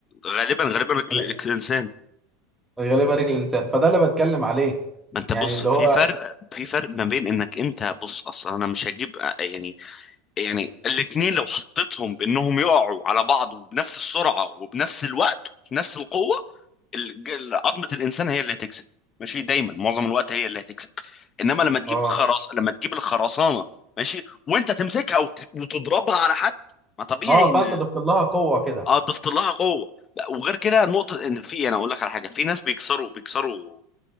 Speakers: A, on the left; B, in the centre.
A: غالبا غالبا رجل
B: لا،
A: الانسان
B: غالبا رجل الانسان فده اللي بتكلم عليه
A: ما انت
B: يعني
A: بص
B: اللي
A: في
B: هو
A: فرق في فرق ما بين انك انت بص اصلا انا مش هجيب يعني يعني الاتنين لو حطيتهم بانهم يقعوا على بعض وبنفس السرعة وبنفس الوقت وفي نفس القوة الج- عظمة الانسان هي اللي هتكسب ماشي دايما معظم الوقت هي اللي هتكسب انما لما تجيب
B: اه
A: خرص لما تجيب الخرسانة ماشي وانت تمسكها وت- وتضربها على حد ما طبيعي
B: اه فانت
A: ان
B: ضفت لها قوه كده
A: اه ضفت لها قوة لا، وغير كده نقطة ان في انا اقول لك على حاجة في ناس بيكسروا بيكسروا